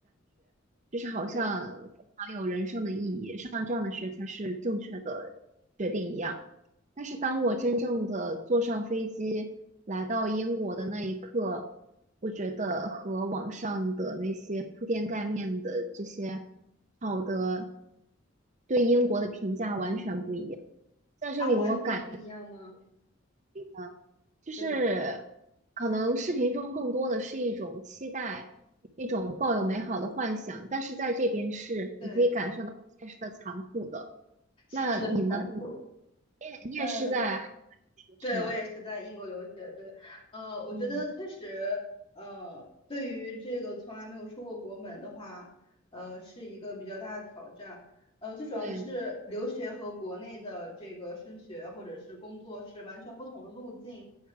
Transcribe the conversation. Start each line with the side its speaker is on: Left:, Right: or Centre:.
Right: 就是好像非常有人生的意义，
Left: 对，
Right: 上这样的学才是正确的决定一样。但是当我真正的坐上飞机来到英国的那一刻，我觉得和网上的那些铺天盖面的这些好的对英国的评价完全不一样。
Left: 嗯
Right: 在这里，
Left: 啊，完全不一样吗？
Right: 我感觉呢就是
Left: 对
Right: 可能视频中更多的是一种期待，一种抱有美好的幻想，但是在这边是你可以感受到现实的残酷的。
Left: 对，<laughs> 简直很残酷。
Right: 那你呢？你也你也是在海外留学是吗？
Left: 嗯。对，我也是在英国留学。对，呃，我觉得确实，
Right: 嗯，
Left: 呃，对于这个从来没有出过国门的话，呃，是一个比较大的挑战。呃，最主要的是留学和国内的这个升学或者是工作是完全不同的路径。
Right: 对。